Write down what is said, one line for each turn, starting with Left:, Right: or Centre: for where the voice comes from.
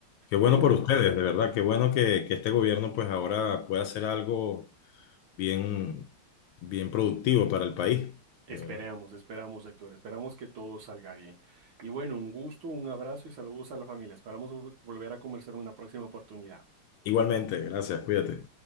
Left: Qué bueno
Right: Pero
Left: por ustedes, de verdad, qué bueno que, que este gobierno pues ahora pueda hacer algo bien, bien productivo para el país,
Right: Esperamos,
Left: de verdad.
Right: esperamos, Héctor, esperamos que todo salga bien. Y bueno, un gusto, un abrazo y saludos a la familia. Esperamos vol- volver a conversar en una próxima oportunidad.
Left: Igualmente, gracias, cuídate.